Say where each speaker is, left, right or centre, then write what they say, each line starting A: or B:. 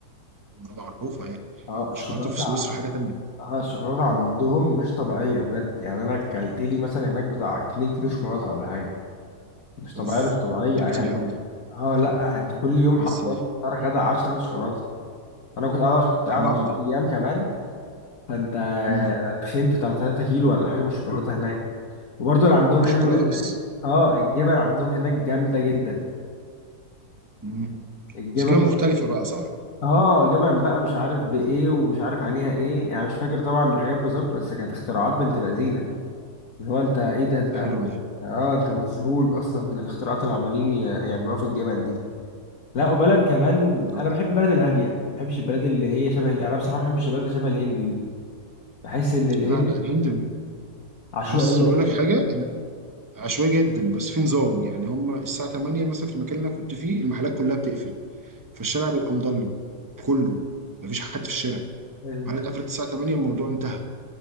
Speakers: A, on the right; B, on the left.
A: معروفه يعني
B: اه الشوكولاتة
A: شوكولاته في سويسرا حاجه تانية
B: آه، الشوكولاته عندهم مش طبيعيه بجد يعني انا اكلت لي مثلا هناك بتاع 2 كيلو شوكولاته ولا حاجه مش طبيعيه
A: اوف
B: مش طبيعيه
A: ده
B: يعني
A: كتير قوي ده
B: اه لا انت كل يوم حرفيا
A: بس
B: فطار غدا عشاء تاكل شوكولاته انا كنت قاعد عش... كنت قاعد
A: حلو
B: 10
A: قوي ده
B: ايام كمان فانت
A: امم
B: تخنت بتاع 3 كيلو ولا حاجه من الشوكولاته هناك وبرده اللي عندهم
A: الشوكولاته
B: حلو جدا
A: بس
B: اه الجبن عندهم هناك جامده جدا
A: امم
B: الجبن
A: بس جبن مختلفه بقى صح
B: اه جبن بقى مش عارف بايه ومش عارف عليها ايه يعني مش فاكر طبعا الحاجات بالظبط بس كانت اختراعات بنت لذينه اللي هو انت ايه ده انت م-
A: حلو ده
B: اه انت مذهول اصلا من الاختراعات اللي عمالين ي- يعملوها في الجبن دي لا وبلد كمان
A: طب
B: انا بحب البلد الهاديه ما بحبش البلد اللي هي شبه يعني انا بصراحه ما بحبش البلد اللي شبه الهند دي بحس ان الهند
A: لا لا الهند
B: عشوائيه
A: بس اقول
B: شويه
A: لك حاجه عشوائي جدا بس في نظام يعني هم الساعة 8 مثلا في المكان اللي انا كنت فيه المحلات كلها بتقفل فالشارع بيبقى مضلم كله مفيش حد في الشارع
B: أيوة.
A: المحلات قفلت الساعة 8 الموضوع انتهى